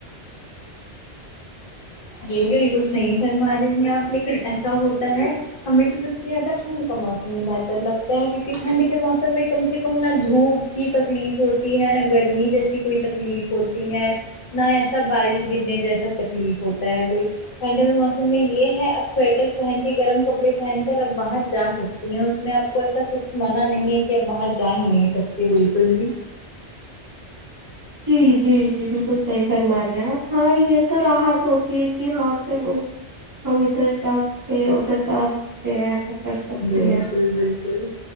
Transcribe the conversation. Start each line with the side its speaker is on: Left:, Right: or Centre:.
Left: جی بالکل صحیح فرما رہی ہیں آپ لیکن ایسا ہوتا ہے ہمیں تو سب سے زیادہ ٹھنڈ کا موسم ہی بہتر لگتا ہے کیونکہ ٹھنڈ کے موسم میں کم سے کم نہ دھوپ کی تکلیف ہوتی ہے نہ گرمی جیسی کوئی تکلیف ہوتی ہے نہ ایسا بارش گرنے جیسا تکلیف ہوتا ہے کوئی ٹھنڈ میں موسم میں یہ ہے اب سویٹر پہن کے گرم کپڑے پہن کر اب باہر جا سکتے تی ہیں اس میں آپ کو ایسا کچھ منع نہیں ہے کہ آپ باہر جا ہی نہیں سکتی بالکل بھی
Right: جی جی جی بالکل صحیح فرما رہی ہیں آپ ہاں یہ تو راحت ہوتی ہے کہ ہاں چلو ہم ادھر جا سکتے ہیں ادھر جا سکتے ہیں ایسا کر سکتے
Left: بالکل
Right: ہیں
Left: بالکل